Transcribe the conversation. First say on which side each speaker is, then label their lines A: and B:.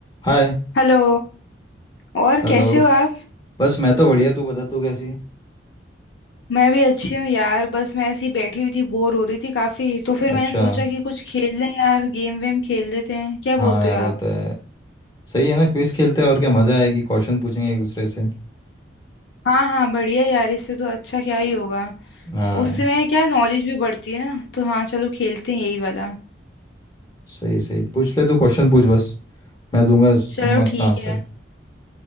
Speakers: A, on the left; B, on the left.
A: हाय
B: हेलो और
A: Hello
B: कैसे हो आप
A: बस मैं तो बढ़िया तू बता तू कैसी है
B: मैं भी अच्छी हूँ यार बस मैं ऐसी बैठी हुई थी बोर हो रही थी काफी तो फिर मैंने
A: अच्छा
B: सोचा कि कुछ खेल लें यार गेम वेम खेल लेते हैं क्या
A: हाँ
B: बोलते
A: यार
B: हो आप
A: वो तो है सही है ना क्विज खेलते हैं और क्या मज़ा आएगी क्वेश्चन पूछेंगे एक दूसरे से
B: हाँ हाँ बढ़िया यार इससे तो अच्छा क्या ही होगा
A: हाँ
B: उसमें क्या नॉलेज भी बढ़ती है ना तो हाँ चलो खेलते हैं यही वाला
A: सही सही पूछ ले तू क्वेश्चन पूछ बस मैं दूंगा स-
B: चलो
A: मस्त
B: ठीक
A: आंसर
B: है